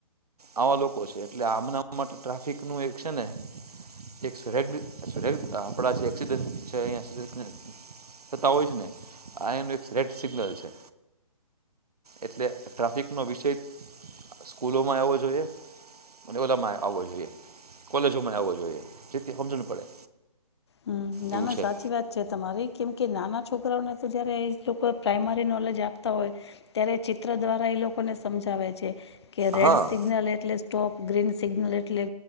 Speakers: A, on the right (about 75°); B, on the left (about 45°).
A: આવા લોકો છે. એટલે આમના માટે ટ્રાફિકનું એક છે ને એક સ રેગ શ્રેગ આપણા જે એક્સીડેન્ટ છે અહીંયા સી થતા હોય છે ને, આયા નો એક રેડ સિગ્નલ છે. એટલે ટ્રાફિકનો વિષય સ્કૂલોમાંય આવવો જોએ અને ઓલામાંય આવવો જોઈએ કોલેજોમાંય આવો જોએ. સ્થિતિ હમજન પડે.
B: હમ્મ, નાના
A: એવું છે
B: સાચી વાત છે તમારી. કેમ કે નાના છોકરાઓને તો જયારે એ લોકો પ્રાઈમરી નોલેજ આપતા હોય ત્યારે ચિત્ર દ્વારા એ લોકોને સમજાવે છે. કે રેડ
A: હા
B: સિગ્નલ એટલે સ્ટોપ ગ્રીન સિગ્નલ એટલે